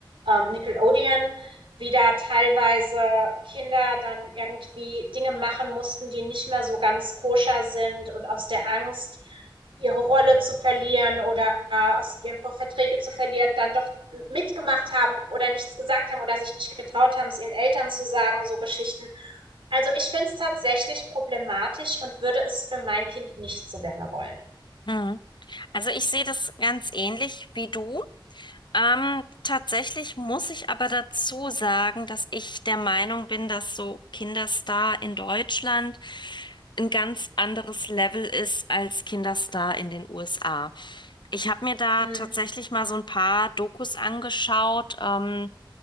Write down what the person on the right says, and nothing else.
ähm, Nickelodeon wie da teilweise Kinder dann irgendwie Dinge machen mussten, die nicht mehr so ganz koscher sind und aus der Angst, ihre Rolle zu verlieren oder äh, aus ihren Verträge zu verlieren, dann doch mitgemacht haben oder nichts gesagt haben oder sich nicht getraut haben, es ihren Eltern zu sagen, so Geschichten. Also ich finde es tatsächlich problematisch und würde es für mein Kind nicht so gerne wollen.
Mhm.